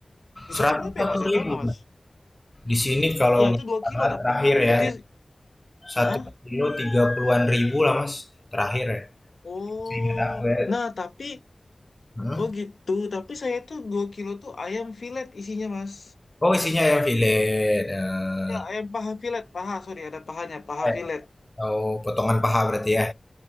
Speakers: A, on the left; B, on the left.
A: Di
B: seratus
A: sana berapa
B: satu
A: ya Mas? Ya
B: ribu
A: tahu nggak Mas?
B: Di sini kalau
A: Iya,
B: nggak
A: itu 2
B: salah
A: kilo tapi.
B: terakhir
A: Berarti
B: ya
A: Hah?
B: satu kilo tiga puluhan ribu lah Mas terakhir ya.
A: Oh.
B: Ingat aku ya.
A: Nah, tapi
B: Hmm?
A: oh gitu. Tapi saya tuh 2 kilo tuh ayam filet isinya Mas.
B: Oh isinya ya filet eh,
A: Iya, ayam paha filet, paha, sorry, ada pahanya, paha
B: eh,
A: filet.
B: atau potongan paha berarti ya.